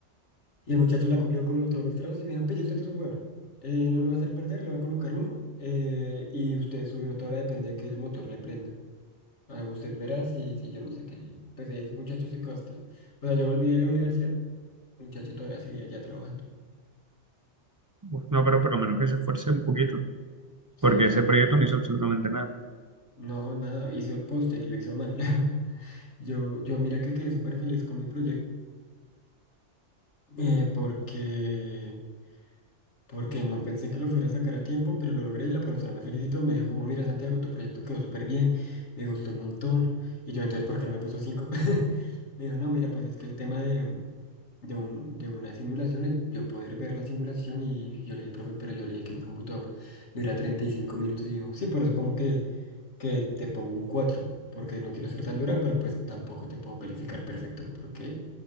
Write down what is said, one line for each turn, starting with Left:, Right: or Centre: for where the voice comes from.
Left: Y el muchacho la cumplió con los- todos los trabajos y me dijo, pille, usted es un huevón. Eh, no lo va a hacer perder, le voy a colocar uno. eh, y usted, su nota ahora depende de que el motor le prenda. Ah, usted verá si, si yo no sé qué. Pues el muchacho se costó. O sea, yo volví de la universidad muchacho todavía seguía allá trabajando.
Right: Uf, no, pero por lo menos que se esfuerce un poquito,
Left: Sí,
Right: porque ese
Left: no,
Right: proyecto no hizo absolutamente nada.
Left: no, nada, hizo el póster y lo hizo mal. <laughs> Yo, yo mira que quedé súper feliz con mi proyecto eh, porque Porque no pensé que lo fuera a sacar a tiempo, pero lo logré y la profesora me felicitó. Me dijo como, mira, Santiago, tu proyecto quedó súper bien, me gustó un montón. Y yo, entonces, ¿por qué no me puso cinco? <laughs> Me dijo, no, mira, pues es que el tema de, de, un, de una simulación es yo poder ver la simulación. Y yo le dije, profe, pero yo le dije que mi computador dura 35 minutos. Y dijo, sí, por eso como que, que te pongo un 4 porque no quiero ser tan dura, pero pues tampoco te puedo calificar perfecto, porque